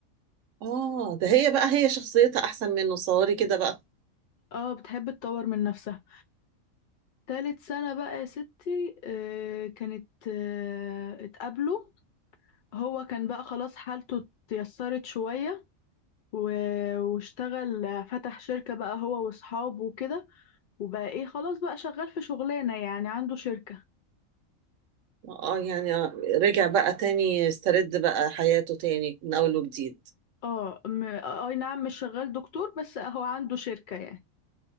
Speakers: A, on the right; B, on the left.
A: اه ده هي بقى هي شخصيتها احسن منه صوري كده بقى
B: اه بتحب تطور من نفسها تالت سنة بقى يا ستي آه كانت آه اتقابلوا هو كان بقى خلاص حالته اتيسرت شوية و- واشتغل فتح شركة بقى هو واصحابه وكده وبقى ايه خلاص بقى شغال في شغلانة يعني عنده شركة
A: اه يعني آه، رجع بقى تاني استرد بقى حياته تاني من اول وجديد
B: اه م- آه، اي نعم مش شغال دكتور بس هو عنده شركة يعني